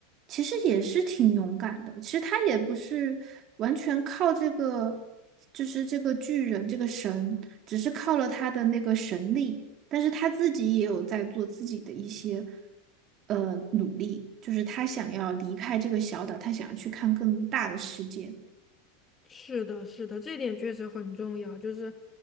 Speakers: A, on the right; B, on the left.
A: 其实也是挺勇敢的。其实她也不是完全靠这个，就是这个巨人这个神，只是靠了她的那个神力，但是她自己也有在做自己的一些呃努力，就是她想要离开这个小岛，她想要去看更大的世界。
B: 是的，是的，这点确实很重要。就是